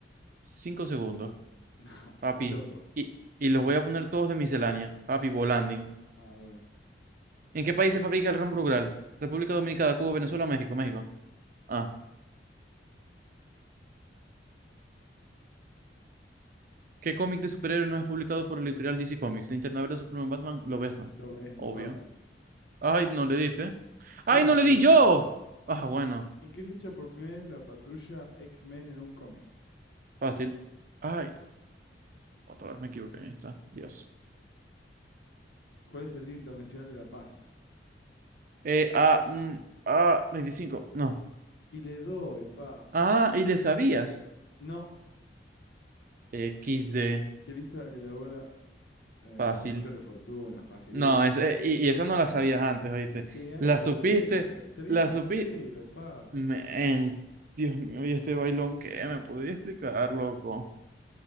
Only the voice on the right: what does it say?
cinco segundos.
papi.
Y, y los voy a poner todos de miscelánea, papi, Volanding.
¿En qué país se fabrica el ron Brugal? República Dominicana, Cuba, Venezuela, México, México. Ah. ¿Qué cómic de superhéroes no es publicado por el editorial DC Comics? Linterna Verde, Superman, Batman, lo ves, ¿no?
Obvio.
Ay, no le diste. ¡Ay,
no
le di
yo! Ah, bueno,
fácil. Ay, otra vez me equivoqué. Ahí está. Dios.
Eh, ah, mm, ah, 25. No.
Ah, y le sabías.
equis de
Fácil.
No, es, eh, y, y esa no la sabías antes, ¿oíste?
La
supiste,
la
supiste.
Men, Dios mío, y este bailón, ¿qué? ¿Me podía explicar, loco?